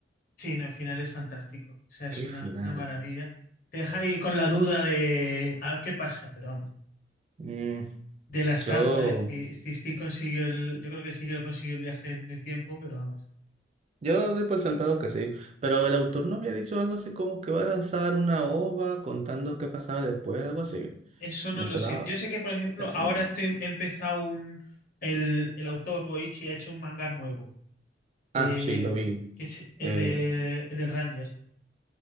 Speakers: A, on the left; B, on the right.
A: Sí, no, el final es fantástico. O sea, es
B: ¿Qué
A: una,
B: final?
A: una maravilla. Te deja ahí con la duda de a ver qué pasa, pero vamos.
B: Mm,
A: De la estatua,
B: yo,
A: de si, si, si consiguió el. Yo creo que sí que lo consiguió el viaje en el tiempo, pero vamos.
B: yo doy por sentado que sí, pero el autor no había dicho algo así como que va a lanzar una OVA contando qué pasaba después, algo así.
A: Eso
B: Me
A: no lo
B: sonaba
A: sé. Yo sé que, por ejemplo,
B: eso.
A: ahora estoy he empezado un. El, el autor Boichi ha hecho un manga nuevo. De,
B: Ah, sí, lo vi.
A: que es el
B: Eh,
A: de el del Ranger,